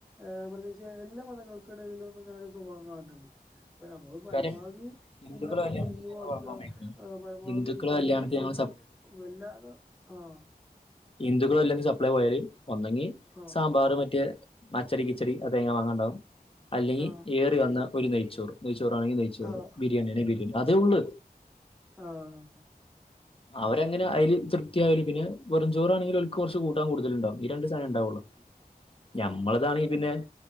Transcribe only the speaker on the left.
കാര്യം ഹിന്ദുക്കളെ
കല്യാണത്തിന്
ഞങ്ങൾ
വിളമ്പാൻ പോയിക്ക്ണ്
ഹിന്ദുക്കളെ
കല്യാണത്തിന് ഞങ്ങൾ
ഹിന്ദുക്കള് വല്ലതിലും സപ്ലൈ പോയാല് ഒന്നെങ്കി
സാമ്പാർ മറ്റേ അച്ചടി കിച്ചടി അതങ്ങെ വന്നുണ്ടാവും അല്ലെങ്കിൽ
ഏറി വന്ന ഒരു നെയ്ച്ചോറും ചോറാണെങ്കിൽ നെയ്ച്ചോറ്
ബിരിയാണെങ്കി ബിരിയാണി അതേയുള്ള്
അവരങ്ങനെ അയില് തൃപ്തിയാകല് പിന്നെ വേറുംച്ചോറാണെങ്കിൽ ഓൽക്ക് കുറച്ച് കൂട്ടാൻ കൂടുതലുണ്ടാവും ഈ രണ്ട് സാധനം ഉണ്ടാവു
ഞമ്മളതാണെ
പിന്നെ